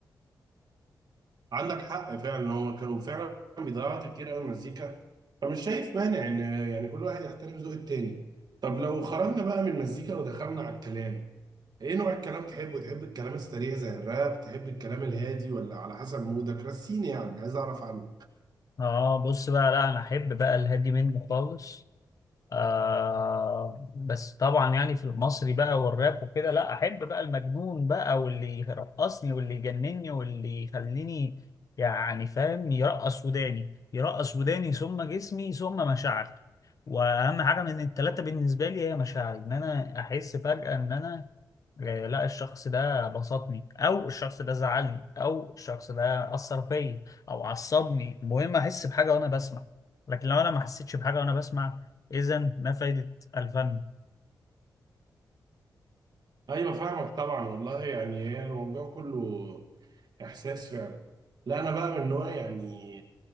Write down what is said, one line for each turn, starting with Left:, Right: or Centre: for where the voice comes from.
Right: عندك حق فعلا هو كانوا فعلا بيضيعوا وقت كتير قوي مزيكا فمش شايف مانع ان يعني كل واحد يحترم ذوق التاني طب لو خرجنا بقى من المزيكا ودخلنا على الكلام ايه نوع الكلام تحبه تحب الكلام السريع زي الراب تحب الكلام الهادي ولا على حسب مودك رسيني يعني عايز اعرف عنه
Left: اه بص بقى لا انا احب بقى الهادي منه خالص آه بس طبعا يعني في المصري بقى والراب وكده لا احب بقى المجنون بقى واللي يرقصني واللي يجنني واللي يخليني يعني فاهم يرقص وداني يرقص وداني ثم جسمي ثم مشاعري واهم حاجه من الثلاثه بالنسبه لي هي مشاعري ان انا احس فجاه ان انا إيه، لا الشخص ده بسطني او الشخص ده زعلني او الشخص ده اثر فيا او عصبني المهم احس بحاجه وانا بسمع لكن لو انا ما حسيتش بحاجه وانا بسمع اذا ما فايده الفن
Right: ايوه فاهمك طبعا والله يعني هي الموضوع كله احساس فعلا لا انا بقى من نوع يعني